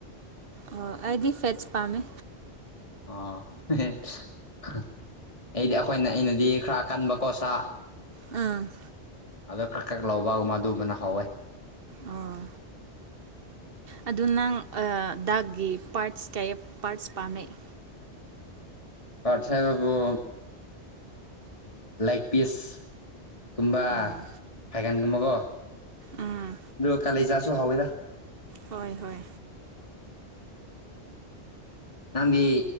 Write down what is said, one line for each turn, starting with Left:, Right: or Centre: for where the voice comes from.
Right: ꯑꯣ ꯑꯩꯗꯤ ꯐꯦꯠꯁ ꯄꯥꯝꯃꯦ
Left: ꯑꯣ ꯑꯩꯗꯤ ꯑꯩꯈꯣꯏꯅ ꯑꯩꯅꯗꯤ ꯈꯔ ꯀꯟꯕꯀꯣ ꯁꯥ
Right: ꯑꯝ
Left: ꯑꯗꯣ ꯀꯛ ꯀꯛ ꯂꯧꯕꯒꯨꯝꯕ ꯑꯗꯨꯕꯅ ꯍꯧꯥꯎꯋꯦ
Right: ꯑꯣ ꯑꯗꯨ ꯅꯪ ꯗꯥꯛꯀꯤ ꯄꯥꯔꯠꯁ ꯀꯌꯥ ꯄꯥꯔꯠꯁ ꯄꯥꯝꯃꯦ <unintelligible>
Left: ꯄꯥꯁꯥꯏꯕꯕꯨꯨ ꯂꯦꯛꯒ ꯄꯤꯁ ꯀꯨꯝꯕ
Right: ꯑꯥ
Left: ꯐꯥꯏꯒꯟꯒꯨꯝꯕꯀꯣ
Right: ꯎꯝ
Left: ꯑꯗꯨꯒ ꯀꯥꯂꯖꯥꯠꯁꯨ ꯍꯧꯥꯎꯋꯤꯗ
Right: ꯍꯣꯏ ꯍꯣꯏ
Left: ꯅꯗꯤ